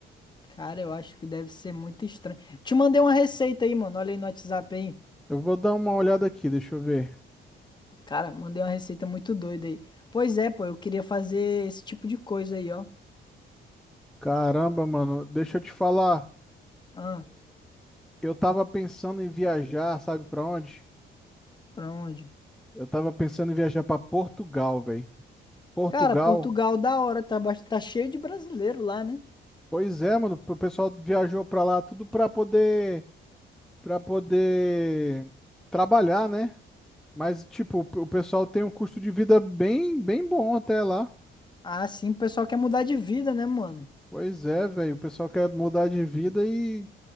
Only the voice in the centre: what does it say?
Eu vou dar uma olhada aqui, deixa eu ver.
Caramba, mano, deixa eu te falar.
Eu tava pensando em viajar, sabe pra onde?
Eu tava pensando em viajar pra Portugal, velho. Portugal.
Pois é, mano, o pessoal viajou pra lá tudo pra poder para poder trabalhar, né? Mas tipo, o pessoal tem um custo de vida bem bem bom até lá.
Pois é, velho, o pessoal quer mudar de vida e